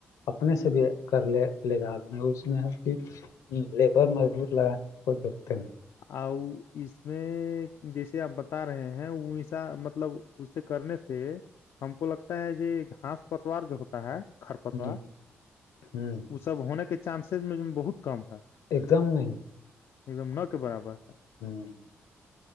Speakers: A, on the left; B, on the left.
A: اپنے سے بھی کر لے لے گا آدمی اس میں ہے لیبر مجبور لگانے کوئی ضرورتے نہیں
B: ا اس میں جیسے آپ بتا رہے ہیں انسا مطلب اس سے کرنے سے سے ہم کو لگتا ہے ج گھاس پتوار جو ہوتا ہے خرپتوار
A: نہیں ہ ہ
B: ا سب ہونے کے چانسز میں بہت کم ہے
A: ایکزام نہیں
B: ایک دم ن کے برابر ہے
A: ہوں